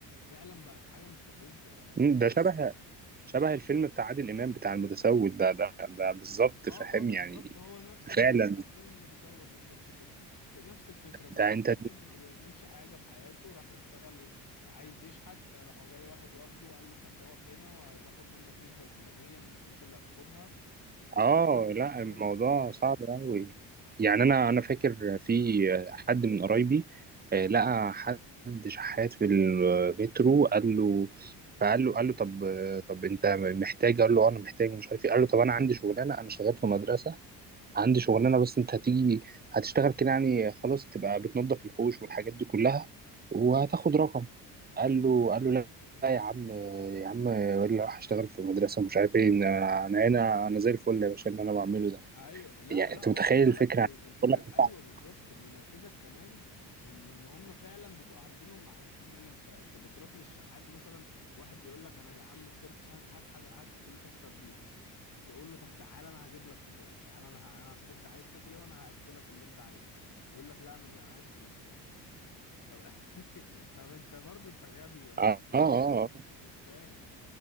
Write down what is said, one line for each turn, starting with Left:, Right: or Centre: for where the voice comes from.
Left: فعلا بقت حاجة مستفزة يعني
Right: مم، ده شبه شبه الفيلم بتاع عادل امام بتاع المتسول ده ده ده بالظبط
Left: اه
Right: فاهم
Left: اه بالظبط
Right: يعني
Left: هو نفس
Right: فعلا
Left: الفكرة بتاعت فيلم المتسول بالظبط كده في نفس الفكرة ان
Right: ده
Left: هو
Right: انت
Left: واحد ما بيعملش حاجة في حياته راح يشتغل عايز يشحت راح جاي واحد واخده وقال له انت هتقف هنا وهتاخد منك نسبة الفلانية من الفلوس اللي هتاخدها
Right: اه
Left: فلا لا
Right: لا
Left: آه،
Right: الموضوع
Left: غريب
Right: صعب قوي يعني انا انا فاكر في حد من قرايبي آه، لقى حد شحات في المترو قال له فقال له قال له طب طب انت محتاج قال له آه، انا محتاج مش عارف ايه قال له طب انا عندي شغلانه انا شغال في مدرسه عندي شغلانه بس انت هتيجي هتشتغل كده يعني خلاص تبقى بتنظف الحوش والحاجات دي كلها وهتاخد رقم قال له قال له لا لا يا عم يا عم اللي راح اشتغل في المدرسه مش عارف ايه انا انا هنا انا زي الفل يا باشا اللي انا بعمله ده
Left: ايوه لا
Right: يعني
Left: لا
Right: انت
Left: وخلي
Right: متخيل
Left: بالك
Right: الفكره
Left: اللي ينرفزك
Right: بقول لك
Left: ايوه
Right: اه
Left: بالظبط اللي ينرفزك كمان ان ان هم فعلا بيبقوا عارفين هم عايزين ايه انت انت بتروح للشحات مثلا واحد بيقول لك انا جعان ما فطرتش هات هات حاجه هات فلوس افطر بيها تقول له طب تعالى انا هجيب لك فطار تعالى انا ه... انا هشوف انت عايز تاكل ايه وانا هاكلك اللي انت عايزه يقول لك لا انا مش- انا عايز فلوس طب <laughs> طب انت برضو انت غبي ولا
Right: اه اه
Left: ايه يعني
Right: آه.
Left: مش فاهم